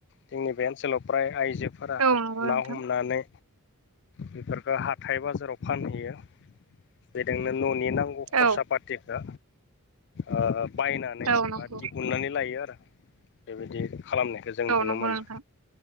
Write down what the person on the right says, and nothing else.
औ नंगौ
नोंथां
औ
औ नंगौ
औ
नंगौ
नोंथां